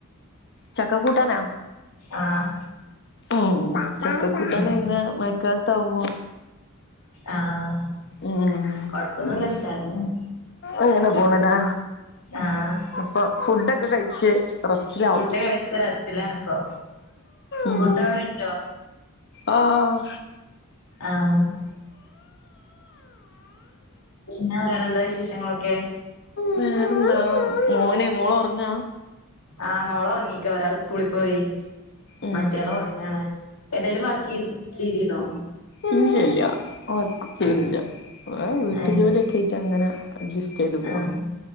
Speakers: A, on the left; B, on the left.
A: ചക്ക കൂട്ടാനോ
B: ആഹ്
A: ഉം ചക്കകൂട്ടാന്
B: ഉം
A: ന്നെ മഴക്കാലത്ത് ആവുമ്പോ
B: ആഹ്
A: ഉം
B: കൊഴപ്പൊന്നുല്ല ഉഷാറാന്നെ ആണ്
A: അങ്ങനെ പോണ് ലേ
B: ആഹ്
A: അപ്പൊ ഫുഡൊക്കെ കഴിച്ച് റെസ്റ്റിലാവും
B: ഫുഡ് കഴിച്ച റസ്റ്റിലണ്പ്പോ
A: ഉം
B: ഫുഡ്യൊക്കെ കഴിച്ചോ
A: ആഹ്
B: ആഹ് പിന്നെ വേറെ എന്താ വിശേഷങ്ങളൊക്കെ
A: വേറെന്താ മോനെ മോള ഒറങ്ങ
B: ആഹ് മോള ഒറങ്ങീക്ക ഒരാൾ സ്കൂളിൽ പോയി
A: ഉം
B: മറ്റയാള്
A: ഉം
B: ഉറങ്ങണ് ഏന്തേലും വർക്ക് ചെയ ചെയ്തിന്നോ
A: ഇല്ല ഇല്ല വർക്കൊന്നും ചെയ്യുന്നില്ല
B: ആഹ്
A: ഇവിടെ വീട്ടു
B: ഏഹ്
A: ജോലിയൊക്കെ ആയിട്ട് ഇങ്ങനെ അഡ്ജസ്റ്റ് പോണ്
B: ആഹ്